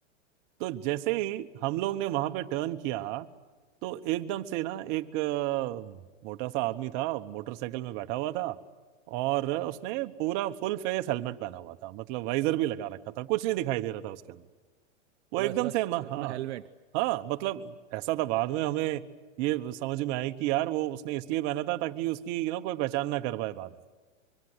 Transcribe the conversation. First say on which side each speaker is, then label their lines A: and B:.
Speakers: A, on the right (about 40°); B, on the right (about 60°).
A: तो जैसे ही हम लोग ने वहां पे टर्न किया तो एकदम से ना एक अ, मोटा सा आदमी था मोटरसाइकिल में बैठा हुआ था और उसने पूरा फुल फेस हेलमेट पहना हुआ था मतलब वाइजर भी लगा रखा था कुछ नहीं दिखाई दे रहा था उसके अंदर वो
B: बस
A: एकदम
B: बस
A: से हम हाँ
B: अपना हेलमेट
A: हाँ मतलब ऐसा था बाद में हमें ये समझ में आई कि यार वो उसने इसलिए पहना था ताकि उसकी यू नो कोई पहचान ना कर पाए बाद में